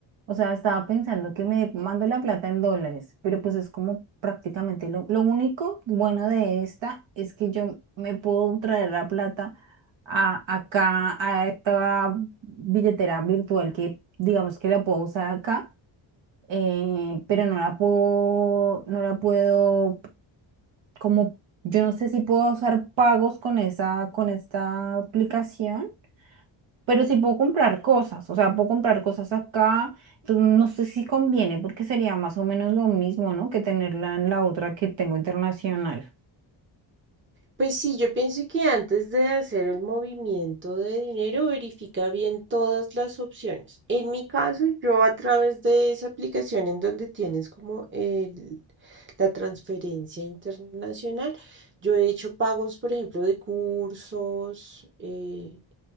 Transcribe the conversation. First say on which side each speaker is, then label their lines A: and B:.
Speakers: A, on the right; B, on the right.
A: o sea, estaba pensando que me mando la plata en dólares, pero pues es como prácticamente lo, lo único bueno de esta es que yo me puedo traer la plata a, acá, a esta billetera virtual que digamos que la puedo usar acá eh, pero no la puedo, no la puedo, como, yo no sé si puedo usar pagos con esa, con esta aplicación. pero sí puedo comprar cosas, o sea, puedo comprar cosas acá, entonces no sé si conviene porque sería más o menos lo mismo, ¿no? Que tenerla en la otra que tengo internacional.
B: Pues sí, yo pienso que antes de hacer el movimiento de dinero, verifica bien todas las opciones. En mi caso, yo a través de esa aplicación en donde tienes como el- la transferencia internacional, yo he hecho pagos, por ejemplo, de cursos, eh,